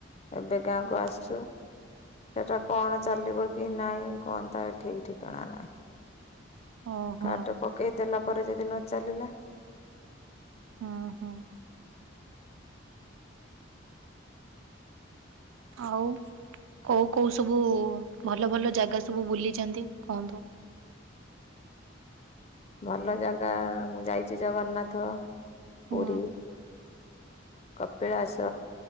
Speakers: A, on the left; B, on the right.
A: ଏବେ ଗାଁ
B: ଓହୋ।
A: କୁ ଆସିଛୁ। ସେଟା କଣ ଚାଲିବ କି ନାଇଁ କଣ ତାର ଠିକ୍ ଠିକଣା ନାହିଁ।
B: ଓହୋ
A: କାର୍ଡ ଟା ପକେଇଦେଲା ପରେ ଯଦି ନ ଚାଲିଲା।
B: ହୁଁ ହୁଁ। ଆଉ କୋଉ କୋଉ ସବୁ ଭଲ ଭଲ ଜାଗା ସବୁ ବୁଲିଚନ୍ତି କୁହନ୍ତୁ?
A: ଭଲ ଜାଗା ମୁଁ ଯାଇଛି ଜଗନ୍ନାଥ
B: ହୁଁ
A: ପୁରୀ। କପିଳାସ।